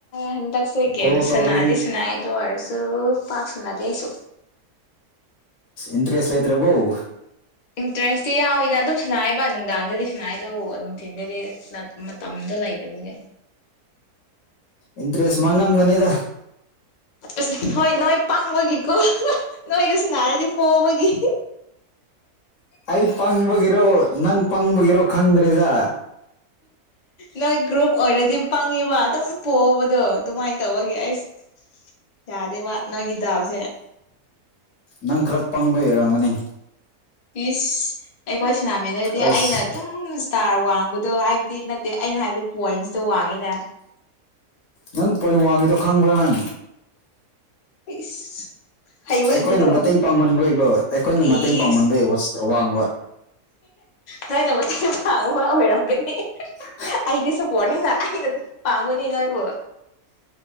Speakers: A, on the left; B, on the left.
A: ꯍꯟꯗꯛꯁꯦ ꯒꯦꯝꯦꯝ
B: ꯐꯣꯂꯣ
A: ꯁꯅꯥꯗꯤ
B: ꯇꯧꯔꯗꯤ
A: ꯁꯅꯥ ꯋꯥꯔꯁꯨ ꯄꯥꯛ ꯁꯟꯅꯗꯦꯁꯨ
B: ꯏꯟꯇ꯭ꯔꯦꯁ ꯑꯥꯏꯇ꯭ꯔꯦꯕꯣꯎ
A: ꯏꯟꯇꯔꯦꯁꯇꯤ ꯌꯥꯎꯋꯤꯗ ꯑꯗꯨꯝ ꯁꯅꯥꯥꯏꯕ ꯅꯨꯡꯗꯥꯡꯗꯗꯤ ꯁꯅꯥꯥꯏ ꯇꯧꯋ ꯑꯗꯨꯝ ꯊꯤꯟꯗꯗꯤ ꯃꯇꯝꯗ ꯂꯩꯇꯕꯒꯤ
B: ꯏꯟꯇꯔꯦꯁ ꯃꯥꯡꯉꯝꯒꯅꯤꯗ
A: ꯑꯁ ꯍꯣꯏ ꯅꯣꯏ ꯄꯪꯕꯒꯤꯀꯣ ꯅꯣꯏꯒꯁꯨ ꯅꯥꯔꯗꯤ ꯄꯣꯛꯕꯒꯤ
B: ꯑꯩ ꯄꯪꯕꯒꯤꯔꯣ ꯅꯪ ꯄꯪꯕꯒꯤꯔꯣ ꯈꯪꯗ꯭ꯔꯦꯗ
A: ꯅꯣꯏ ꯒ꯭ꯔꯨꯞ ꯑꯣꯏꯔꯗꯤ ꯄꯪꯉꯕ ꯑꯗꯨꯝ ꯄꯣꯛꯕꯗꯣ ꯑꯗꯨꯃꯥꯏꯅ ꯇꯧꯒꯦ ꯑꯩꯁ ꯌꯥꯗꯦ ꯋꯥ ꯅꯣꯏꯒꯤ ꯗꯥꯎꯁꯦ
B: ꯅꯪ ꯈꯔ ꯄꯪꯕ ꯌꯔꯝꯒꯅꯤ
A: ꯄꯤꯁ ꯑꯩꯈꯣꯏ ꯁꯤꯅꯥꯃꯤꯟꯅꯗꯤ
B: ꯑꯁ
A: ꯑꯩꯅ ꯑꯗꯨꯝ ꯏꯁꯇꯥꯔ ꯋꯥꯡꯕꯗꯣ ꯍꯥꯏꯕꯗꯤ ꯅꯠꯇꯦ ꯑꯩꯅ ꯍꯥꯏꯕꯗ ꯄꯣꯏꯟꯁꯇꯣ ꯋꯥꯡꯉꯤꯅꯦ
B: ꯅꯪ ꯄꯣꯏ ꯃ ꯋꯥꯡꯉꯗꯣ ꯈꯪꯕ꯭ꯔꯥ ꯅꯪ
A: ꯏꯁ ꯍꯩꯕ
B: ꯑꯩꯈꯣꯏꯅ
A: ꯏꯂꯗꯣ
B: ꯃꯇꯦꯡ ꯄꯥꯡꯃꯟꯕꯩꯀꯣ ꯑꯩꯈꯣꯏꯅ ꯃꯇꯦꯡ
A: ꯑꯦ
B: ꯄꯥꯡꯃꯟꯕꯩ ꯋꯥꯡꯕ
A: ꯅꯣꯏꯅ ꯃꯇꯦꯡꯁꯨ ꯄꯥꯡꯕ ꯃ ꯑꯣꯏꯔꯝꯒꯅꯤ
B: ꯍ <unintelligible>
A: ꯑꯩꯗꯤꯁꯄꯣꯅꯦꯅ ꯑꯩꯅ ꯄꯥꯡꯒꯨꯅ ꯅꯣꯏꯕꯨ